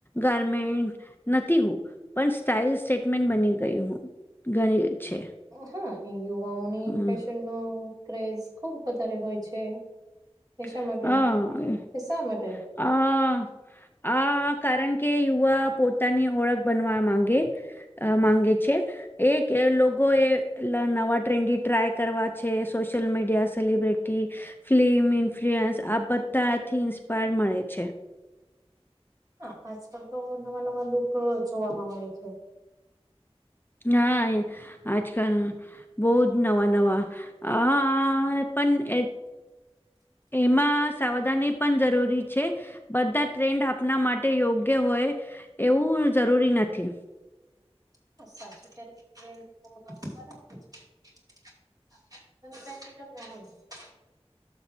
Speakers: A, on the left (about 20°); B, on the right (about 35°).
A: ગારમેન્ટ નથી હું. પણ સ્ટાઈલ સેટમેન્ટ બની ગઈ હું.. ગણી છે.
B: હા, એ યુવાઓની
A: હમ
B: ફેશનનુ ક્રેઝ ખુબ વધારે હોય છે. એ શા
A: <unintelligible>
B: માટે એ શા માટે
A: આ કારણ કે યુવા પોતાની ઓળખ બનવા માંગે? અ માંગે છે. એ લોકોએ નવા ટ્રેન્ડી ટ્રાય કરવા છે. Social media celebrity film influence આ બધાથી ઇન્સ્પાયર મળે છે.
B: હા, આજકાલ તો નવા નવા લુક જોવામાં મળે છે.
A: ના. આજકાલ બહુ જ નવા નવા આ પણ એ એમાં સાવધાની પણ જરૂરી છે. બધા ટ્રેન્ડ આપણા માટે યોગ્ય હોય. એવું જરૂરી નથી.
B: <unintelligible> હમ ના <unintelligible>